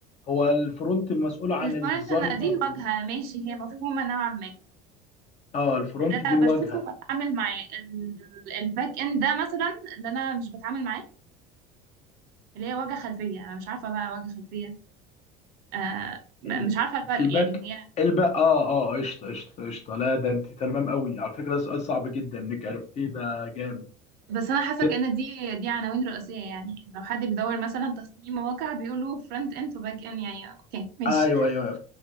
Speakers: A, on the left; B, on the right.
A: هو الفرونت مسؤول عن
B: الفرونت
A: الديزاينر
B: انا دي الواجهة ماشي هي مفهومة نوعا ما
A: اه الفرونت
B: اللي انا
A: دي الواجهه
B: بشوفه بتعامل معاه ال- الباك اند ده مثلا اللي انا مش بتعامل معاه اللي هي واجهة خلفية انا مش عارفة بقى واجهة خلفية آه م-
A: ال-
B: مش عارفة الفرق
A: الباك
B: يعني هي
A: الباك اه اه قشطه قشطه قشطه لا ده انت تمام قوي على فكره ده سؤال صعب جدا انك عرفتيه ده جامد
B: بس أنا حاسة
A: كده
B: كأن دي دي عناوين رئيسية يعني لو حد بيدور مثلا تصميم مواقع بيقولوا فرونت اند وباك اند يعني اوكي ماشي
A: ايوه ايوه